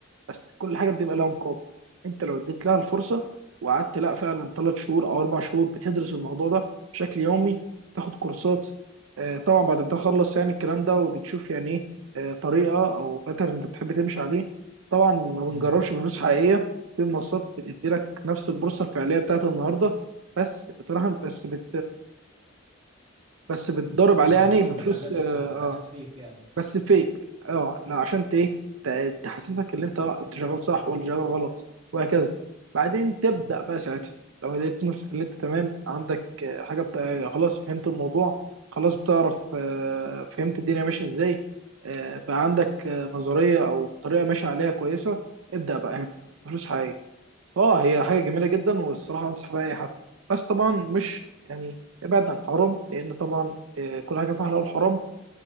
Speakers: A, on the right; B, on the right.
A: بس كل حاجه بيبقى لها مقابل انت لو اديت لها الفرصه وقعدت لا فعلا ثلاث شهور او اربع شهور بتدرس الموضوع ده بشكل يومي تاخد كورسات آه، طبعا بعد ما تخلص يعني الكلام ده وبتشوف يعني ايه آه، طريقه او باترن انت بتحب تمشي عليه طبعا ما بنجربش
B: امم
A: بفلوس حقيقيه في منصات بتدي لك نفس البورصه الفعليه بتاعت النهارده بس بتراهن بس بت بس بتضرب عليها
B: تتداول
A: يعني بفلوس
B: بحاجات
A: آه،
B: بحاجات
A: آه،
B: فيك يعني
A: بس فيك اه لا عشان ت- ايه ت- تحسسك ان انت انت شغال صح ولا شغال غلط وهكذا بعدين تبدا بقى ساعتها لو لقيت نفسك ان انت تمام عندك آه، حاجه بتا... خلاص فهمت الموضوع خلاص بتعرف آه، فهمت الدنيا ماشيه ازاي آه، بقى عندك آه، نظريه او طريقه ماشيه عليها كويسه ابدا بقى هنا فلوس حقيقيه اه هي حاجه جميله جدا والصراحه انصح بيها اي حد بس طبعا مش يعني ابعد عن الحرام لان طبعا آه، كل حاجه فيها حلال وحرام